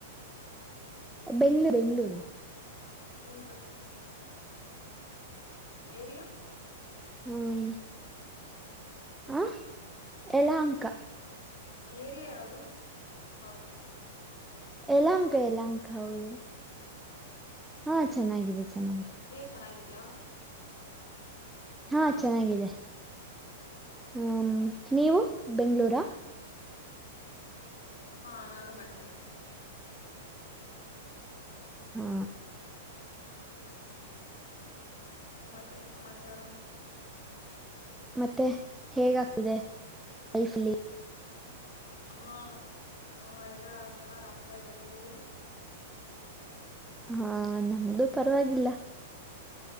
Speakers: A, in the centre; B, on the left.
A: ಬೆಂಗ್ಳೂರು ಬೆಂಗಳೂರು.
B: ನಿಮ್ದು ಏರಿಯಾ
A: ಹ್ಮ ಹ ಯಲಹಂಕ.
B: ಏರಿಯಾ ಯಾವ್ದು ಹೌದ.
A: ಎಲಾಂಕ ಎಲಾಂಕ ಹೌದು. ಹಾ ಚೆನ್ನಾಗಿದೆ ಚೆನ್ನಾಗಿದೆ.
B: ಚೆನ್ನಾಗಿದೆಯಾ.
A: ಹಾ ಚೆನ್ನಾಗಿದೆ
B: ಹ
A: ಹ್ಮ ನೀವು. ಬೆಂಗಳೂರಾ
B: ಹ್ಮ್ ಹಾ ನಾನು ಬೆಂಗ್ಳೂರೆ.
A: ಹಾ
B: ಮತ್ತೆ ಸಮಾಚಾರ
A: ಮತ್ತೆ ಹೇಗ ಆಗ್ತಿದೆ ಲೈಫ್ ಅಲ್ಲಿ.
B: ಹಾ ಹಾ ಎಲ್ಲಾ ಚೆನ್ನಾಗ್ ಆಗ್ತಾ ಇದೆ ನಿಮ್ದು
A: ಹಾ ನಮ್ದು ಪರವಾಗಿಲ್ಲ.